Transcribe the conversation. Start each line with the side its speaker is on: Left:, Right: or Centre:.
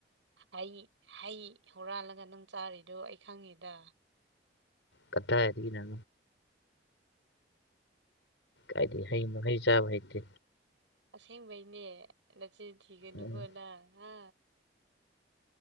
Right: ꯍꯩ ꯍꯩ ꯍꯨꯔꯥꯜꯂꯒ ꯅꯪ ꯆꯥꯔꯤꯗꯨꯣ ꯑꯩ ꯈꯪꯉꯦꯗ
Left: ꯀꯗꯥꯥ ꯍꯥꯏꯔꯤ ꯏꯅ ꯍꯥꯏꯗꯤ ꯍꯩ ꯃꯍꯩ ꯆꯥꯕ ꯍꯩꯇꯦ
Right: ꯑꯁꯦꯡꯕꯩꯅꯦ ꯅꯆꯤꯟ ꯊꯤꯒꯅꯨꯀꯣ
Left: ꯎꯝ
Right: ꯅ ꯍꯥ